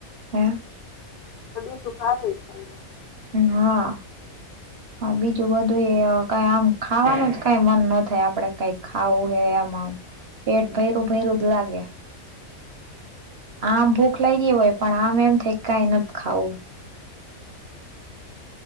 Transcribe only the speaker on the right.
હે?
હા. હા બીજું બધું એ કઈ આમ ખાવાનું જ કઈ મન ન થાય આપડે કઈ ખાવું હે એમ આમ. પેટ ભયરું ભૈરું જ લાગે. આમ ભૂખ લાગી હોય પણ આમ એમ થાય કે કાઈ નથી ખાવું.